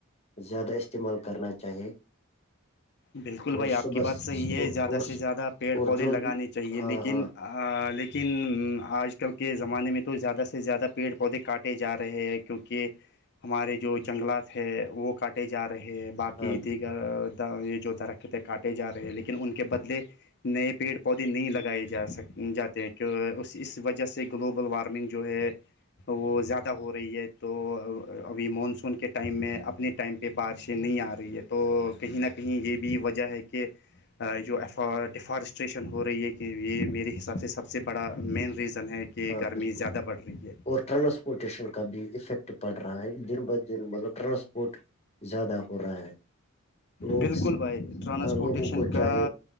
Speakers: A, on the left; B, on the left.
A: زیادہ استعمال کرنا چاہیے
B: بالکل بھائی
A: اور صبح
B: آپ کی بات صحیح ہے
A: اور
B: زیادہ سے زیادہ پیڑ
A: اور
B: پودے
A: جو
B: لگانے
A: بھی
B: چاہیے لیکن
A: ہاں ہاں
B: لیکن آج کل کے زمانے میں تو زیادہ سے زیادہ پیڑ پودے کاٹ کاٹے جا رہے ہیں کیوںکہ ہمارے جو جنگلات ہے وہ کاٹے جا رہے ہیں باقی
A: ہاں
B: دیگر یہ جو درختیں کاٹے جا رہے ہیں لیکن ان کے بدلے نئے پیڑ پودے نہیں لگائے جا سک جاتے ہیں کی اس اس وجہ سے گلوبل وارمنگ جو ہے وہ زیادہ ہو رہی ہے تو ابھی مانسون کے ٹائم میں اپنے ٹائم پہ بارشیں نہیں آ رہی ہیں تو کہیں نہ کہیں یہ بھی وجہ ہے کہ جو ڈیفارسٹریشن ہو رہی ہے کہ یہ میرے حساب سے سب سے بڑا مین ریزن ہے کہ
A: ہاں
B: گرمی
A: بالکل
B: زیادہ بڑھ رہی ہے
A: اور ٹرانسپورٹیشن کا بھی افیکٹ پڑ رہا ہے دن بہدن مطلب ٹرانسپورٹ زیادہ ہو رہا ہے لوگ
B: بالکل بھائی ٹرانسپورٹیشن
A: لوگوں کو
B: کا
A: چاہے